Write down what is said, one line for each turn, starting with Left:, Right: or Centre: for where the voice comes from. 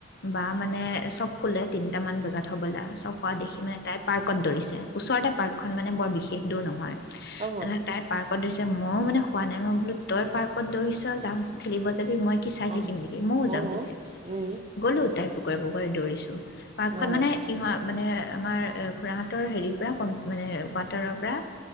Left: বা মানে চব শুলে তিনিটামান বজাত হ'বলা চব শুৱা দেখি মানে তাই পাৰ্কত দৰিছে যে ওচৰতে পাৰ্কখন মানে বৰ বিশেষ দূৰ নহয়
Right: অ'।
Left: এনে তাই পাৰ্ক তাপাছত মই মানে শুৱা নাই মই বোলো তই পাৰ্কত দৌৰিছ যাম খেলিব যাবি মই কি চাই
Right: অ',
Left: থাকিম নেকি মইয়ো
Right: অ',
Left: যাম পিছে পিছে
Right: উম,
Left: গলো তাই বু কুকুৰাই কুকুৰাই দৌৰিছোঁ পাৰ্কখন
Right: অ',
Left: মানে কি হয় মানে আমাৰ খোৰাহঁতৰ হেৰিৰ পৰা কম মানে কুৱাটাৰৰ পৰা